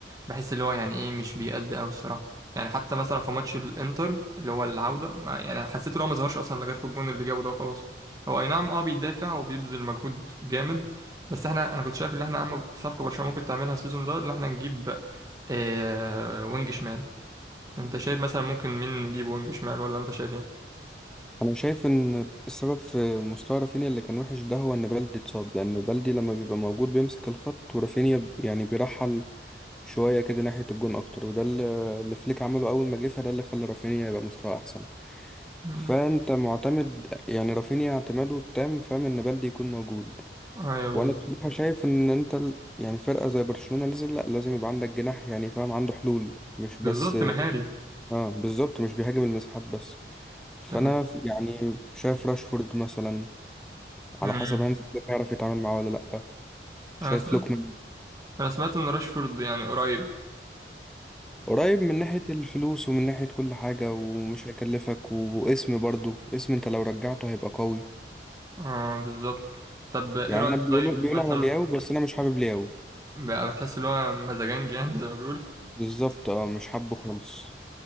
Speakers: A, on the right (about 20°); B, in the centre.
A: بحس اللي هو يعني ايه مش بيأدي قوي الصراحه يعني حتى مثلا في ماتش الانتر اللي هو العوده ما يعني حسيت ان هو ما ظهرش اصلا غير في الجون اللي جابه ده وخلاص هو اي نعم اه بيدافع وبيبذل مجهود جامد بس احنا انا كنت شايف ان احنا اهم صفقه برشلونه ممكن تعملها السيزون ده ان احنا نجيب آه وينج شمال انت شايف مثلا ممكن مين نجيب وينج شمال ولا انت شايف ايه؟
B: انا شايف ان السبب في مستوى رافينيا اللي كان وحش ده هو ان بلدي اتصاب لان بلدي لما بيبقى موجود بيمسك الخط ورافينيا ب- يعني بيرحل شوية كده ناحية الجون اكتر وده اللي اللي فليك عمله اول ما جه فده اللي خلى رافينيا يبقى مستوى احسن
A: مم.
B: فانت معتمد يعني رافينيا اعتماده التام فاهم ان بلدي يكون موجود
A: ايوه بالظبط
B: وانا بصراحه شايف ان انت ال- يعني فرقه زي برشلونه لازم لا لازم يبقى عندك جناح يعني فاهم عنده حلول مش
A: بالظبط
B: بس
A: مهاري
B: اه بالظبط مش بيهاجم المساحات بس فانا
A: تمام.
B: في- يعني شايف راشفورد مثلا
A: مم.
B: على حسب هانز فليك هيعرف يتعامل معاه ولا لا شايف
A: انا سمعت
B: لوكمان
A: انا سمعت ان راشفورد يعني قريب
B: قريب من ناحيه الفلوس ومن ناحيه كل حاجه ومش هيكلفك واسم برضو اسم انت لو رجعته هيبقى قوي
A: اه بالظبط طب ايه
B: يعني
A: رأيك
B: انا بيقولوا
A: طيب
B: بيقولوا
A: مثلا
B: على لياو بس انا مش حابب لياو
A: بقى بتحس ان هو مزاجنج يعني زي ما بيقولوا
B: بالظبط اه مش حابه خالص